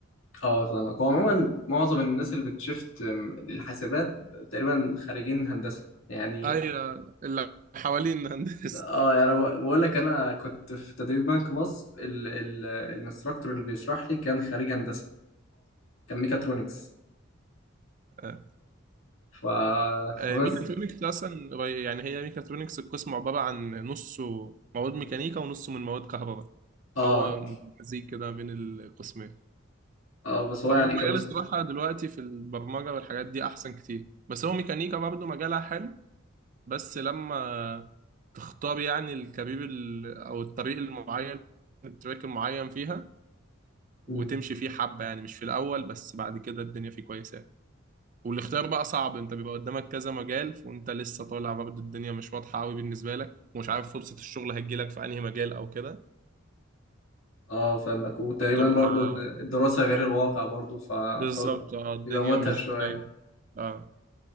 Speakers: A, on the left (about 75°); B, on the right (about 40°).
A: آه، فاهمك هو عموما معظم الناس اللي بتشفت أم، للحاسبات تقريبا خارجين هندسه يعني
B: ايوه اللي حوالين هندسه
A: اه يعني بق- بقول لك انا كنت في تدريب بنك مصر ال ال الانستراكتور اللي بيشرح لي كان خريج هندسه كان ميكاترونكس
B: <laughs>
A: ف
B: آه،
A: فبس
B: ميكاترونكس اصلا قري- يعني هي ميكاترونكس القسم عباره عن نصه مواد ميكانيكا ونصه من مواد كهرباء فهو
A: اه
B: مزيج كده بين القسمين
A: اه بس
B: فهو
A: هو يعني
B: المجال
A: كان مست...
B: الصراحه دلوقتي في البرمجه والحاجات دي احسن كتير بس هو ميكانيكا برضه مجالها حلو بس لما تختار يعني الكارير ال- او الطريق المعين التراك المعين فيها وتمشي
A: مم.
B: فيه حبه يعني مش في الاول بس بعد كده الدنيا فيه كويسه والاختيار بقى صعب انت بيبقى قدامك كذا مجال وانت لسه طالع برضه الدنيا مش واضحة قوي بالنسبة لك ومش عارف فرصة الشغل هتجيلك في انهي مجال او كده
A: اه فاهمك وتقريبا
B: فبتبقى
A: برضو الدراسه غير الواقع برضو ف
B: بالظبط
A: فهو
B: اه الدنيا
A: بيبقى متعب
B: مش
A: شويه
B: زي اه